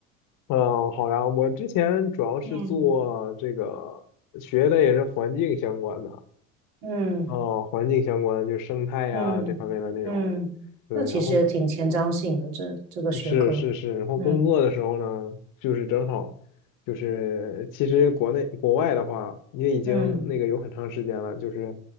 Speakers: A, on the left; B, on the right.
A: 嗯，好呀，我之前主要是做这个学的也是环境相关的，
B: 嗯，嗯
A: 哦，环境相关就是生态呀、
B: 嗯嗯，
A: 这方面的内容。对，
B: 那其实也挺前瞻性的，
A: 然后
B: 这这个学科。
A: 是是是，然后工作的时候呢，
B: 嗯
A: 就是正好就是其实国内国外的话，也已经那个有很长时间了，
B: 嗯
A: 就是